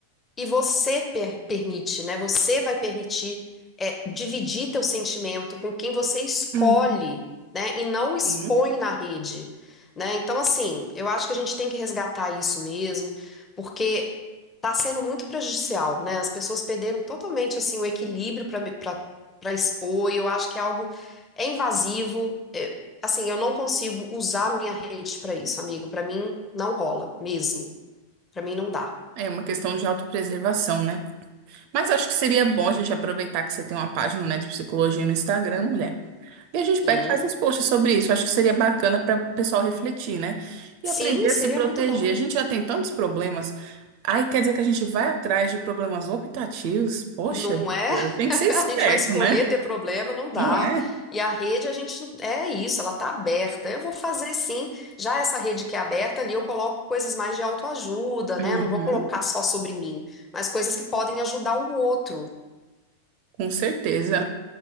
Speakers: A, on the left; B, on the right.
A: E você per- permite, né? Você vai permitir é, dividir teu sentimento com quem você escolhe,
B: Uhum,
A: né? E não expõe
B: sim.
A: na rede, né? Então, assim, eu acho que a gente tem que resgatar isso mesmo, porque tá sendo muito prejudicial, né? As pessoas perderam totalmente, assim, o equilíbrio para para para expor, e eu acho que é algo é invasivo. é- assim, eu não consigo usar minha rede para isso, amigo. Para mim, não rola mesmo. Para mim, não dá.
B: É uma questão de autopreservação, né? Mas acho que seria bom a gente aproveitar que você tem uma página, né, de psicologia no Instagram, mulher. E a gente
A: Sim.
B: pega e faz uns posts sobre isso. Acho que seria bacana para o pessoal refletir, né? E
A: Sim,
B: aprender
A: seria
B: a se proteger.
A: muito bom.
B: A gente já tem tantos problemas. Aí quer dizer que a gente vai atrás de problemas optativos? Poxa,
A: Não é?
B: tem
A: <laughs>
B: que ser esperto,
A: A gente vai escolher
B: né?
A: ter problema, não dá.
B: Não é?
A: E a rede, a gente é isso, ela tá aberta. Eu vou fazer sim. Já essa rede que é aberta ali, eu coloco coisas mais de autoajuda, né?
B: Uhum,
A: Não vou colocar só sobre mim, mas coisas que podem ajudar o outro.
B: com certeza.